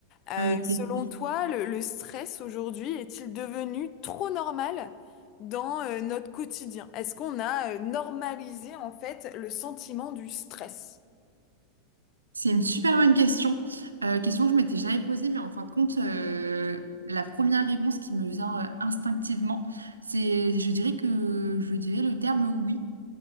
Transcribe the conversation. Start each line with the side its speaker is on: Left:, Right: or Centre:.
Left: Euh,
Right: Avec plaisir.
Left: selon toi, le, le stress aujourd'hui est-il devenu trop normal dans euh, notre quotidien? Est-ce qu'on a euh, normalisé en fait le sentiment du stress?
Right: C'est une super bonne question. Euh, question que je m'étais jamais posée, mais en fin de compte, euh, la première réponse qui me vient euh, instinctivement, c'est, je dirais que je dirais le terme oui,